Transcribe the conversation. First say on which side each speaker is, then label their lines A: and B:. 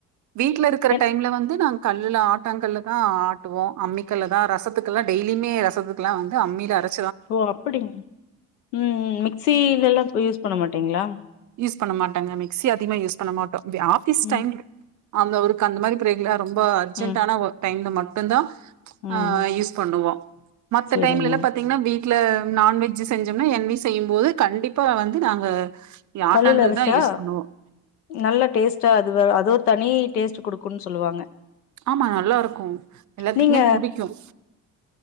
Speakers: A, on the right; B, on the left.
A: வீட்ல இருக்குற
B: என்
A: டைம்ல வந்து நாங் கல்லுல ஆட்டங்கள்ல தா ஆட்டுவோ அம்மிக்கல்ல தா ரசத்துக்குல்லா டெய்லியுமே ரசத்துக்குல்லா வந்து அம்மில அரச்
B: ஓ அப்படிங் ம் மிக்சிலலா யூஸ் பண்ண மாட்டீங்ளா
A: யூஸ் பண்ண மாட்டாங்க மிக்சி அதிகமா யூஸ் பண்ண மாட் டோ ஆஃபீஸ்
B: ம்
A: டைம் அந்த அவருக்கு அந்த மாரி <unintelligible> ரொம்ப அர்ஜென்டான
B: ம்
A: ஒர்க் டைம்ல மட் டுந்தா
B: ம்
A: ஆஹ் யூஸ் பண்ணுவோ மத்த
B: சேரிங்க
A: டைம்லல்ல பாத்தீங்ன்னா வீட் ட்ல நான்வெஜ்ஜு செஞ்சோம்னா என்வி செய்யும்போது கண்டிப்பா வந்து நாங்க ஆட்டாங்கல்
B: கல்லுல அரச்சா
A: தான் யூஸ் பண்ணுவோம்
B: நல்லா டேஸ்ட்டா அது அது ஒரு தனி டேஸ்ட் <unintelligible> குடுக்குன் சொல்லுவாங்க
A: ஆமா நல்லாருக்கும் எல்லாத்க்குமே
B: நீங்க
A: புடிக்கும்